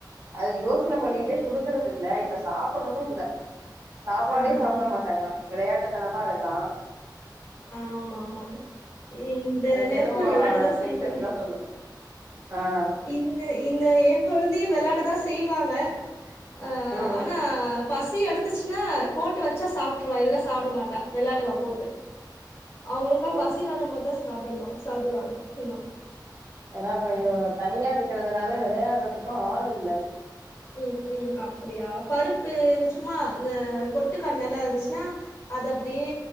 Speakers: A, on the right; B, on the left.
A: அது யோசன
B: அப்டியா
A: பண்ணிக்கிட்டே குடுக்கறது இல்ல இப்ப சாப்பட்றது இல்ல சாப்பாடே
B: ஆஹா
A: சாப்ட மாட்டங்றா விளையாட்டுத்தனமா இருக்கா
B: ஆமா ஆமா இந்த
A: அதுக்கு
B: நேரத்துல
A: எதுவு
B: வெளாடதா
A: டிப்ஸ்
B: செய்வாங்க
A: இருந்தா சொல்லுங்க ஆ
B: இன்ன இன்ன ஏ கொழந்தையையு வெளாடதா செய்வாங்க ஆ
A: ம்
B: ஆனா பசி எடுத்துச்சுன்னா போட்டு வச்சா சாப்ட்ருவா இல்ல சாப்ட மாட்டா வெளாடுவா போட்டு அவங்களுக்கா
A: ஆ
B: பசி வர மோதா சாப்டமா சாப்டுவாங்க ஆமா
A: ஏன்னா பையோ தனியா இருக்கறதுனால வெளையாடுறதுக்கு ஆள் இல்ல
B: ம் ம் அப்டியா பருப்பு சும்மா இந்த பொட்டுக்கடலல்லா இருந்துச்சுன்னா அது அப்டியே